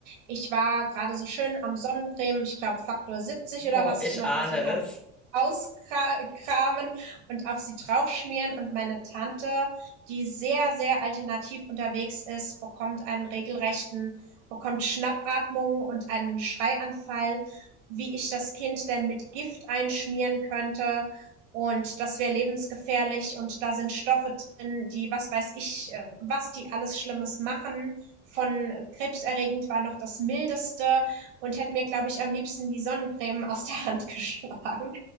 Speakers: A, on the right (about 80°); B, in the centre.
A: ich war gerade so schön am Sonnencreme, ich glaube Faktor 70 oder
B: Oh,
A: was
B: ich
A: ich immer
B: ahne
A: für sie
B: es.
A: habe auskramen und auf sie draufschmieren. Und meine Tante, die sehr, sehr alternativ unterwegs ist, bekommt einen regelrechten, bekommt Schnappatmungen und einen Schreianfall, wie ich das Kind denn mit Gift einschmieren könnte. Und das wäre lebensgefährlich und da sind Stoffe drin, die, was weiß ich, äh, was die alles Schlimmes machen. Von krebserregend war noch das mildeste und hätte mir, glaube ich, am liebsten die Sonnencreme aus der Hand <laughs> geschlagen.